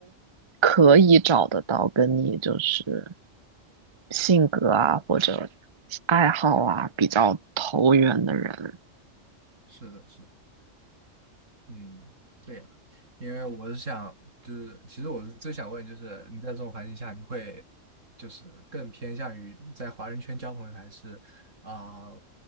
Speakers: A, on the right; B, on the right.
A: 可以找得到跟你就是性格啊或者爱好啊比较投缘的人，
B: 是的是的。嗯，对呀，因为我是想，就是其实我是最想问，就是你在这种环境下，你会就是更偏向于在华人圈交朋友，还是啊、